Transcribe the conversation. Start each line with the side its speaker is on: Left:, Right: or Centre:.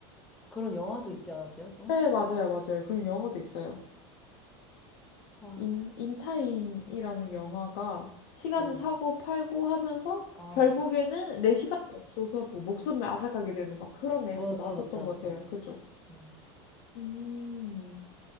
Centre: 그런 영화도 있지 않았어요, 또?
Left: 네, 맞아요, 맞아요. 그런 영화도 있어요.
Centre: 아,
Left: 인, 인타임이라는 영화가 시간을
Centre: 네.
Left: 사고 팔고 하면서
Centre: 아,
Left: 결국에는 내 시간이 없어서 뭐 목숨을 앗아가게 되는 막 그런 내용도
Centre: 맞다,
Left: 나왔었던
Centre: 맞다, 맞다.
Left: 것 같아요. 그죠?
Centre: 네.
Left: 음,